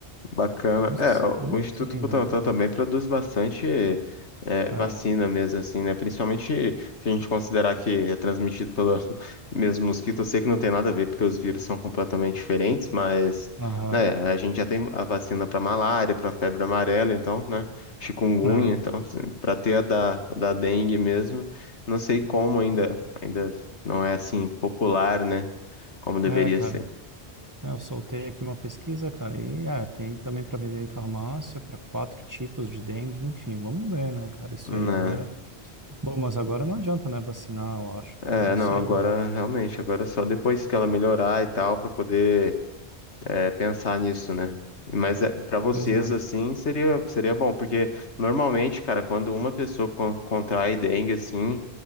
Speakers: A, on the left; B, on the right.
A: Bacana.
B: não, s-
A: É, o
B: não
A: o Instituto
B: sei,
A: Butantan
B: né, cara?
A: também produz bastante é,
B: É,
A: vacina mesmo, assim, né? Principalmente se a gente considerar que é transmitido pelo <laughs> mesmo mosquito. Eu sei que não tem nada a ver, porque os vírus são completamente diferentes, mas,
B: aham,
A: né, a gente já tem a vacina para malária, para febre amarela, então, né? Chikungunya,
B: é,
A: então, para ter a da, da dengue mesmo. Não sei como ainda, ainda não é assim popular, né? Como deveria
B: é, é, cara.
A: ser.
B: É, eu soltei aqui uma pesquisa, cara, e é, tem também para vender em farmácia para quatro tipos de dengue, enfim, vamos ver, né, cara, isso
A: né
B: aí agora. Bom, mas agora não adianta, né, vacinar, eu acho, cara,
A: É,
B: não
A: não,
B: sei.
A: agora realmente, agora é só depois que ela melhorar e tal, pra poder é, pensar nisso, né? Mas é, para vocês,
B: Pois é,
A: assim, seria, seria bom, porque normalmente, cara, quando uma pessoa con- contrai dengue, assim,